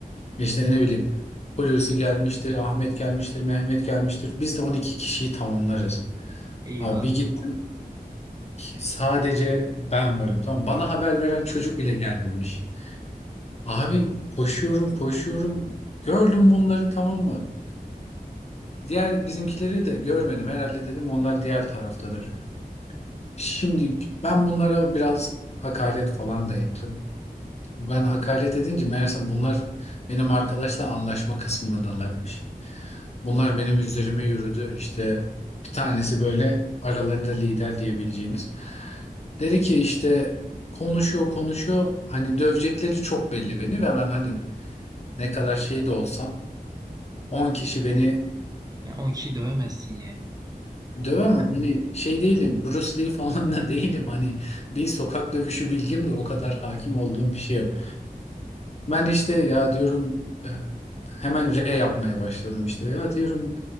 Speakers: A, on the left (about 45°); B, on the right (about 25°).
A: İşte ne bileyim Hulusi gelmiştir, Ahmet gelmiştir, Mehmet gelmiştir. Biz de 12 kişiyi tamamlarız.
B: Eyvah
A: Abi bir gittim sadece ben varım. Tamam bana haber veren çocuk bile gelmemiş. Abi koşuyorum koşuyorum. Gördüm bunları tamam mı? Diğer bizimkileri de görmedim. Herhalde dedim onlar diğer taraftadır. Şimdi ben bunlara biraz hakaret falan da ettim. Ben hakaret edince meğersem bunlar benim arkadaşla anlaşma kısmındalarmış. Bunlar benim üzerime yürüdü. İşte bir tanesi böyle aralarında lider diyebileceğimiz. Dedi ki işte konuşuyor konuşuyor. Hani dövecekleri çok belli beni ve ben hani ne kadar şey de olsam 10 kişi
B: güçlü.
A: beni
B: Yani 10 kişi dövemezsin yani.
A: dövemem. Hani şey değilim Bruce Lee falan da değilim. Hani bir sokak dövüşü bilgim de o kadar hakim olduğum bir şey yok. Ben işte ya diyorum e, hemen R yapmaya başladım işte. Ya diyorum